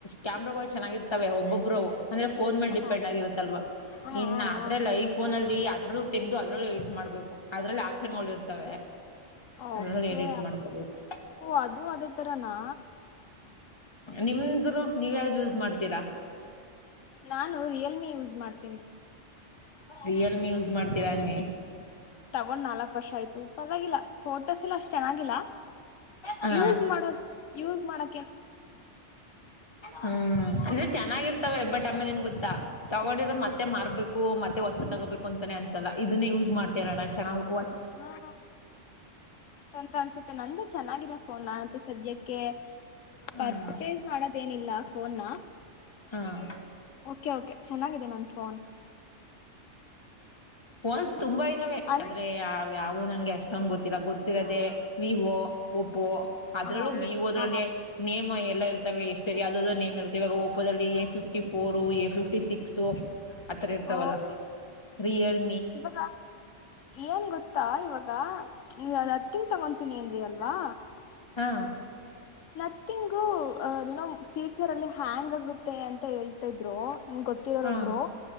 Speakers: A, on the left; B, on the left.
A: ಕ್ಯಾಮ್ರಾಗಗಳು ಚೆನ್ನಾಗಿರ್ತವೆ ಒಬ್ಬೊಬ್ರು ಅಂದ್ರೆ ಫೋನ್ ಮೇಲ್
B: ಹ
A: ಡಿಪೆಂಡ್ ಆಗಿರುತ್ತಲ್ವಾ
B: ಹ
A: ಇನ್ನ
B: ಹ
A: ಆದ್ರೆಲ್ಲ
B: ಹ
A: ಐಫೋನ್ ಅಲ್ಲಿ ಅದ್ರಲ್ಲೂ ತೆಗೆದು ಅದ್ರಲ್ಲೂ ಎಡಿಟ್ ಮಾಡಬೇಕು ಅದರಲ್ಲಿ ಆಪ್ಷನ್ಗಳು ಇರ್ತವೆ
B: ಓಕೆ
A: ಅದ್ರಲ್ಲಿ ಎಡಿಟ್ ಮಾಡ್ಕೋಬೇಕು
B: ಅದು ಅದೇ ತರನಾ
A: ನಿಮ್ದರು ನೀವ ಯಾವ್ದು ಯೂಸ್ ಮಾಡ್ತೀರಾ
B: ನಾನು ರಿಯಲ್ಮಿ ಯೂಸ್ ಮಾಡ್ತನಿ ಹ
A: ರಿಯಲ್ಮಿ ಯೂಸ್ ಮಾಡ್ತೀರಾ ಅನ್ನಿ
B: ತಗೊಂಡ್ ನಾಲ್ಕಕ್ ವರ್ಷ ಆಯ್ತು ಪರವಾಗಿಲ್ಲ ಫೋಟೋಸ್ ಎಲ್ಲಾ ಅಷ್ಟ ಚೆನ್ನಾಗಿಲ್ಲ
A: ಹ
B: ಯೂಸ್ ಮಾಡೋರು ಯೂಸ್ ಮಾಡೋ
A: ಹ್ಮ್ ಅಂದ್ರೆ ಚೆನ್ನಾಗಿ ಇರ್ತೀರಾ ತ ಬಟ್ ಆಮೇಲೆ ಏನ್ ಗೊತ್ತಾ ತೊಗೊಂಡಿರದು ಮತ್ತೆ ಮಾರಬೇಕು ಮತ್ತೆ ಹೊಸ ತಗೋಬೇಕು ಅಂತಾನೇ ಅನ್ಸಲ್ಲ ಇದನ್ನೇ ಯೂಸ್ ಮಾಡ್ತರೋಣ ಚೆನ್ನಾಗಿ
B: ಹಾ ಚೆನ್ನಾಗಿ ಅನ್ಸುತ್ತೆ ನಂದು ಚೆನ್ನಾಗಿದೆ ಫೋನ್ ನಾನು ಅಂತೂ ಸದ್ಯಕ್ಕೆ ಓಕೆ
A: ಹ್ಮ್
B: ಪರ್ಚೇಸ್ ಮಾಡದೇನಿಲ್ಲ ಫೋನಾ
A: ಹ್ಮ್
B: ಓಕೆ ಓಕೆ ಚೆನ್ನಾಗಿದೆ ನನ್ ಫೋನ್
A: ಪೋನ್ ತುಂಬಾ ಇದಾವೆ
B: ಅಲ್
A: ಆದ್ರೆ ಅವು ಯಾವು ನಂಗೆ ಅಸ್ಟೊಂದು ಗೊತ್ತಿಲ್ಲ ಗೊತ್ತಿರೋದೆೇ ವಿವೊ ಒಪ್ಪೊ ಅದ್ರಲ್ಲೂ
B: ಹ
A: ವಿವೋದ್ರಲ್ಲಿ
B: ಹ
A: ನೇಮ್ ಎಲ್ಲ ಇರ್ತವೆ ಎಷ್ಟ ಯಾವ್ದಾದೋ ನೇಮ್ ಇರ್ತ ಇವಾಗ ಓಪೋದಲ್ಲಿ A fifty four A fifty six ಆತರ ಇರ್ತಾವಲ್ಲ
B: ಹ
A: ರಿಯಲ್
B: ಇವಾಗ ಏನ್ ಗೊತ್ತಾ ಇವಾಗ ನೀ ಅದು ನೋಥಿಂಗ್ ತಗೊತೀನಿ ಅಂದ್ರೆ ಅಲ್ವಾ
A: ಹಾ
B: ನಥಿಂಗು ನಮ್ಮ ಫ್ಯೂಚರ್ ಅಲ್ಲಿ ಹ್ಯಾಂಗ್ ಆಗುತ್ತೆ ಅಂತ ಹೇಳ್ತ ಇದ್ರು ನನ್ ಗೊತ್ತಿರೋರೊಬ್ರು
A: ಹಾ